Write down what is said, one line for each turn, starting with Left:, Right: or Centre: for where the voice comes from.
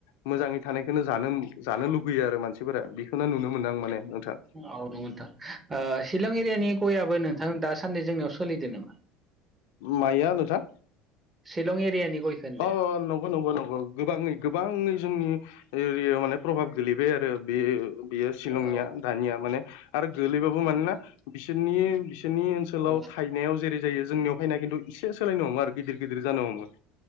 Left: मोजाङै थानायखोनो जानो-जानो लुगैयो आरो मानसिफोरा बे खोनो नुनो मोनो आं माने नोंथां
Right: औ <unintelligible> ओ शिलं एरियानि गयाबो नोंथां दासान्दि जोंनियाव सोलिदो नामा?
Left: माया नोंथां?
Right: शिलं एरियानि गयखौ होनदो
Left: अ नंगौ नंगौ नंगौ गोबाङै गोबाङै जोंनि एरियाव माने प्रभाब गोलैबाय आरो बे बेयो शिलंनिया
Right: औ
Left: दानिया माने आरो गोलैबाबो मानोना बिसोरनि बिसोरनि ओनसो ओनसोलाव
Right: औ
Left: थायनायाव जेरै जायो जोंनियाव फायना खिन्थु एसे सोलायनो हमो आरो गिदिर गिदिर जानो हमो।